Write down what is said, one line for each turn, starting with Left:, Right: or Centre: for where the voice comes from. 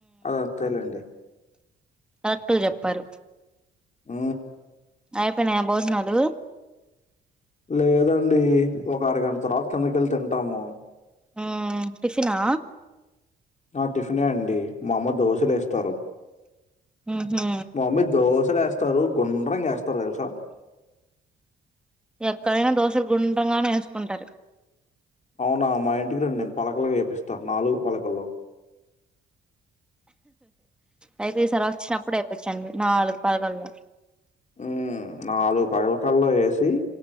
Left: అదంతేలేండి.
Centre: కరెక్టుగ చెప్పారు.
Left: ఊ
Centre: అయిపోయినాయా భోజనాలు?
Left: లేదండి ఒక అరగంట తర్వాత కిందకెళ్ళి తింటాము.
Centre: హ్మ్ టిఫినా?
Left: ఆ టిఫిన్ అండి మా అమ్మ దోశలే వేస్తారు.
Centre: ఉహు
Left: మా మమ్మీ దోశలు వేస్తారు, గుండ్రంగా వేస్తారు తెలుసా.
Centre: ఎక్కడైనా దోశలు గుండ్రంగానే వేసుకుంటారు.
Left: అవునా మా ఇంటికి రండి పలకలుగా ఏపిస్తా నాలుగు పలకల్లో.
Centre: అయితే ఈసారి వచ్చినప్పుడు ఎపిచండి నాలుగు పలగల్లో
Left: ఉమ్ నాలుగు పలకల్లో ఎసి